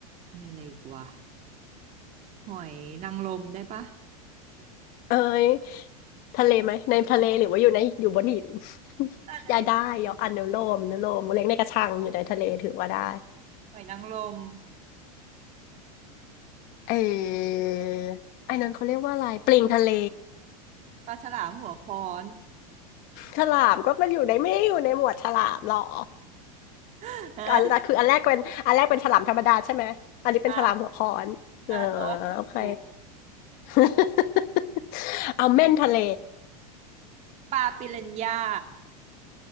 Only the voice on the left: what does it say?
เอ้ยทะเลไหมในทะเลหรือว่าอยู่ในอยู่บนหิน
<laughs> ยายได้ยออนุโลมอนุโลมเลี้ยงในกระชังอยู่ในทะเลถือว่าได้
เออไอ้นั้นเขาเรียกว่าอะไรปลิงทะเล
ฉลามก็มันอยู่ในไม่ได้อยู่ในหมวดฉลามหรอ
อันแรกคืออันแรกเป็นอันแรกเป็นฉลามธรรมดาใช่ไหมอันนี้เป็นฉลามหัวค้อนเออ
โอเค <laughs> เอาเม่นทะเล